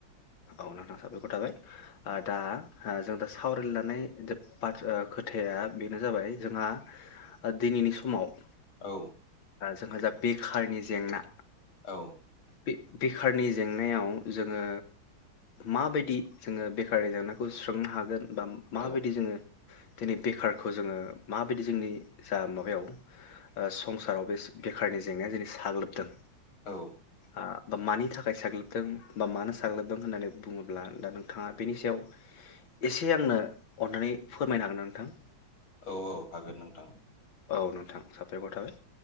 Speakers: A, on the left; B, on the left.
A: औ नोंथां साबायखर थाबाय ओ दा जों दा सावराय लायनानै बाथ्रा खोथाया बेनो जाबाय जोंहा दिनैनि समाव
B: औ।
A: जोंहा जा बेखारनि जेंना
B: औ।
A: बे बेखारनि जेंनायाव जोङो माबायदि जोङो बेखारारि जेंनायखौ सुस्रांनो हागोन। एबा माबायदि
B: औ
A: जोङो दिनै बेखारखौ जोङो माबायदि जोंनि जा माबायाव ओ संसाराव बे बेखारनि जेंनाया दिनै साग्लोबदों।
B: औ।
A: आ मानि थाखाय साग्लोबदों बा मानो साग्लोबदों होननानै बुङोब्ला दा नोंथाङा बेनि सायाव एसे आंनो अन्नानै फोरमायनो हागोन ना नोंथां?
B: औ औ हागोन नोंथां।
A: औ नोंथां साबायखर थाबाय